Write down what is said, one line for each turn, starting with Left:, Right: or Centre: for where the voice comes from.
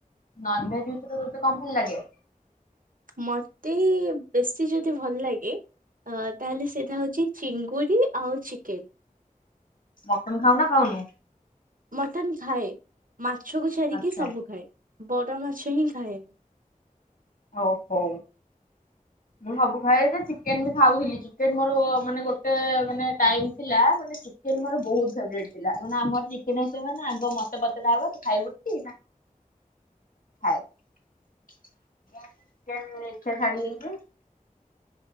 Left: ନନ ଭେଜ୍ ଉପରେ ତତେ କଣ ଭଲ ଲାଗେ?
Right: ମତେ ବେଶୀ ଯଦି ଭଲ ଲାଗେ ଅଂ ତାହେଲେ ସେଇଟା ହଉଚି ଚିଙ୍ଗୁଡ଼ି ଆଉ ଚିକେନ୍।
Left: ମଟନ୍ ଖାଉ ନା ଖାଉନୁ?
Right: ମଟନ ଖାଏ। ମାଛକୁ ଛାାରିକି
Left: ଆଚ୍ଛା
Right: ସବୁ ଖାଏ। ବଡ ମାଛ ହିଁ ଖାଏ।
Left: ଓହୋ! ମୁଁ ସବୁ ଖାଏ ଯେ ଚିକେନ ବି ଖାଉଥିଲି। ଚିକେନ ମୋର ମାନେ ଗୋଟେ ମାନେ ଟାଇମ ଥିଲା ମାନେ ଚିକେନ ମୋର ବହୁତ ଫେରେଟ ଥିଲା। ମାନେ ଆମର ଚିକେନ ଆସ ମାନେ ଆଗ ମତେ ପଚାର ହବ ଖାଇବୁ ଖଏ <inaudible> <unintelligible> ଚିକେନ ଛାଡିହେଇଛି